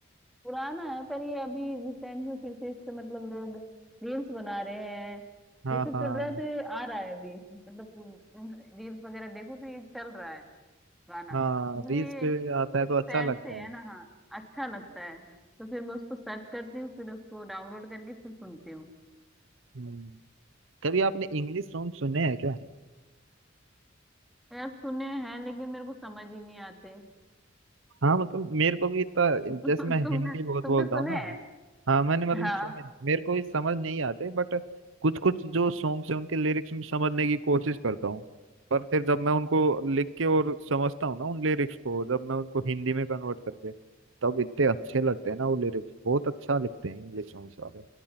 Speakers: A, in the centre; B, on the right.
A: पुराना है पर ये अभी रिसेंट में फिर से इससे मतलब लोग रील्स बना रहे हैं
B: हाँ
A: ये सब
B: हाँ
A: चल रहा है तो ये आ रहा है अभी मतलब रील्स वगैरह देखो तो ये चल रहा है गाना
B: हाँ
A: तो मुझे
B: रील्स
A: ये
B: पे
A: थोड़े
B: आता है तो
A: से सैड
B: अच्छा लगता
A: से
B: है
A: है ना हाँ अच्छा लगता है तो फिर मैं उसको सर्च करती हूँ फिर उसको डाउनलोड करके फिर सुनती हूँ
B: हम्म कभी आपने इंग्लिश सॉन्ग सुने हैं क्या
A: यार सुने हैं लेकिन मेरे को समझ ही नहीं आते
B: हाँ मतलब मेरे को भी इतना
A: <laughs> तु,
B: जैसे मैं
A: तुमने
B: हिंदी बहुत
A: तुमने
B: बोलता
A: सुने
B: हूँ ना
A: हैं
B: हाँ मैंने मतलब
A: हाँ
B: सुने मेरे को भी समझ नहीं आते बट कुछ कुछ जो सॉन्ग्स हैं उनके लिरिक्स में समझने की कोशिश करता हूँ पर फिर जब मैं उनको लिख के और समझता हूँ ना उन लिरिक्स को जब मैं उनको हिंदी में कन्वर्ट करके तब इतने अच्छे लगते हैं ना वो लिरिक्स बहुत अच्छा लिखते हैं इंग्लिश सॉन्ग्स वाले